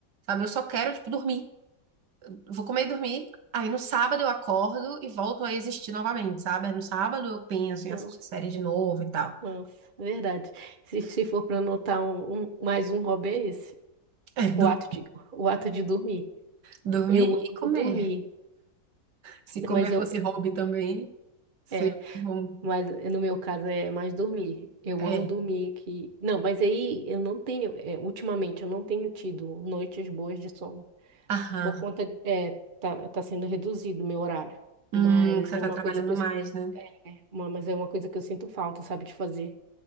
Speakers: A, on the right; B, on the right.
A: sabe? Eu só quero, tipo, dormir. Vou comer e dormir. Aí no sábado eu acordo e volto a existir novamente, sabe? Aí no sábado eu penso em
B: Nossa,
A: assistir série de novo e tal.
B: nossa,
A: <laughs>
B: verdade. Se, se for para anotar um, um- mais um hobby é esse,
A: É,
B: o
A: dur-
B: ato de, o ato de dormir.
A: dormir
B: Eu
A: e
B: amo
A: comer.
B: dormir,
A: Se comer
B: mas eu
A: fosse hobby também, seria
B: é,
A: bom.
B: mas no meu caso é mais dormir. Eu
A: É.
B: amo dormir que não, mas aí eu não tenho, é, ultimamente eu não tenho tido noites boas de sono
A: Aham.
B: por conta é tá, tá sendo reduzido o meu horário,
A: Hum,
B: mas
A: que você
B: é
A: está
B: uma
A: trabalhando
B: coisa que eu
A: mais, né?
B: é, uma, mas é uma coisa que eu sinto falta, sabe, de fazer.